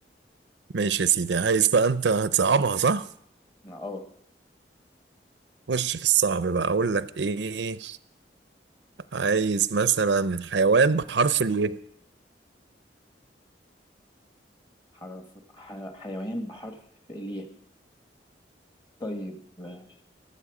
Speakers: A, on the right; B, on the left.
A: ماشي يا سيدي عايز بقى انت هتصعبها صح
B: أه
A: خش في الصعب بقى اقول لك ايه عايز مثلا حيوان بحرف الايه
B: حرف ح... حيوان بحرف الياء طيب آه،